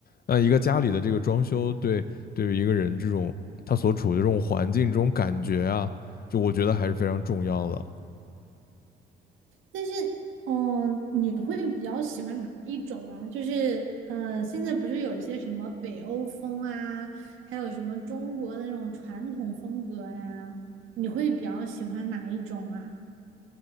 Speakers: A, on the left; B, on the right.
A: 那一个家里的这个装修对，对于一个人这种他所处的这种环境、这种感觉啊，就我觉得还是非常重要的。
B: 但是，嗯，你会比较喜欢哪一种啊？就是，呃，现在不是有一些什么北欧风啊，还有什么中国的那种传统风格呀、你会比较喜欢哪一种啊？